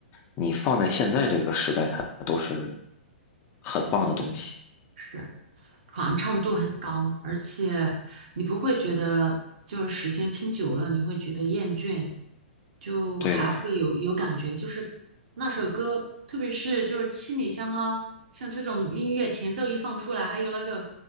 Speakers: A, on the left; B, on the right.
A: 你放在现在这个时代，它都是很棒的东西。
B: 不错的是。传唱度很高，而且你不会觉得就是时间听久了你会觉得厌倦，就还会有有感觉，
A: 对，
B: 就是那首歌，特别是就是七里香啊，像这种音乐前奏一放出来，还有那个